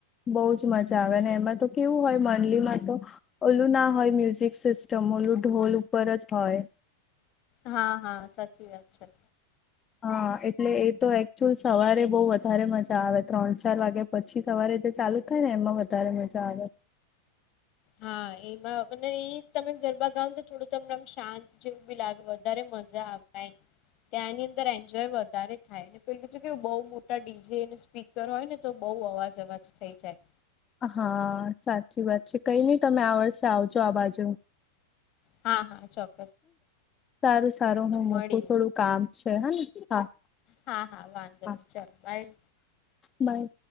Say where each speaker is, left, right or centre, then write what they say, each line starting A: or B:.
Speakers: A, on the left; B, on the left.
A: બઉ જ મજા આવે ને એમાં તો કેવું હોય મંડલીમાં તો ઓલું ના હોય મ્યુઝિક સિસ્ટમ ઓલું ઢોલ ઉપર જ હોય.
B: હા, હા, સાચી વાત છે.
A: હા એટલે એ તો એકચુઅલ સવારે બહ વધારે મજા આવે ત્રણ ચાર વાગે પછી સવારે જે ચાલુ થાય ને એમાં વધારે મજા આવે. <inaudible>
B: હા એમાં આપણે ઈ તમે ગરબા ગાવ <inaudible> ને તો થોડું <unintelligible> શાંત જેવું બી લાગે વધારે મજા આવે ને ત્યાંની અંદર એન્જોય વધારે થાય ને પે કીધું કે બવ મોટા ડી જે અને સ્પીકર હોય ને તો બઉ અવાજ અવાજ થઈ જાય.
A: હા સાચી વાત છે. કઈ નહી તમે આ વર્ષે આવજો આ બાજુ.
B: હા, હા ચોક
A: સારું સારું હું મૂકું
B: મળીએ
A: થોડું કામ છે. હને? હા.
B: હા હા વાંધો
A: હા
B: નહી ચાલ બાય.
A: બાય.